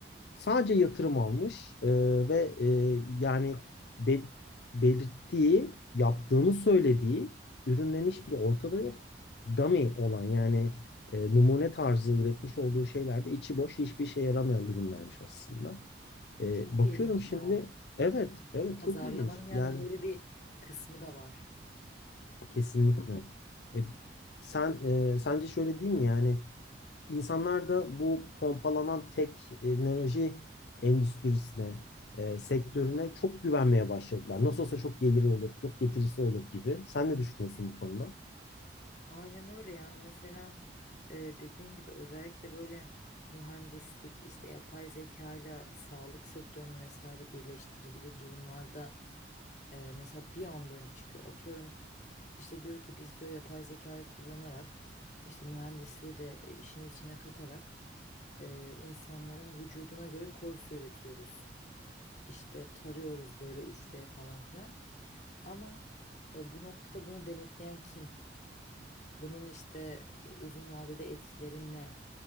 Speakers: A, on the left; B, on the left.
A: sadece yatırım almış ee, ve e, yani bel- belirttiği, yaptığını söylediği ürünlerin hiçbiri ortada yok. Dummy olan yani e, numune tarzı üretmiş olduğu şeylerde içi boş hiçbir işe yaramayan ürünlermiş aslında. E,
B: Çok
A: bakıyorum
B: ilginç
A: şimdi
B: ya.
A: evet evet
B: Pazarlamanın
A: çok ilginç
B: yani
A: yani
B: böyle bir kısmı da var.
A: kesinlikle. E, sen e, sence şöyle değil mi yani insanlar da bu pompalanan teknoloji endüstrisine e, sektörüne çok güvenmeye başladılar. Nasıl olsa çok geliri olur çok getirisi olur gibi. Sen ne düşünüyorsun bu konuda?
B: Aynen öyle yani mesela e, dediğin gibi özellikle böyle mühendislik işte yapay zeka ile sağlık sektörünün vesaire birleştirildiği durumlarda e, mesela bir anda öne çıkıyor. Atıyorum işte diyor ki biz diyor yapay zekayı kullanarak işte mühendisliği de e, işin içine katarak e, insanların vücuduna göre korse üretiyoruz. İşte tarıyoruz böyle 3D falan filan. Ama e, bu noktada bunu denetleyen kim? Bunun işte e, uzun vadede etkileri ne?